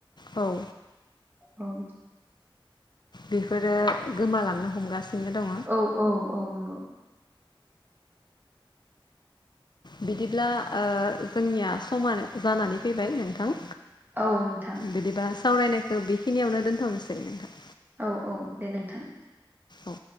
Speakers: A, on the left; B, on the right.
A: औ
B: औ
A: बेफोरो गोमालांनो हमगासिनो दङ
B: औ औ औ नंगौ
A: बिदिब्ला ओ जोंनिया समानो जानानै फैबाय नोंथां
B: औ नोंथां
A: बिदिबा सावरायनायखौ बेखिनियावनो दोनथ'नोसै नोंथां
B: औ औ दे नोंथां
A: औ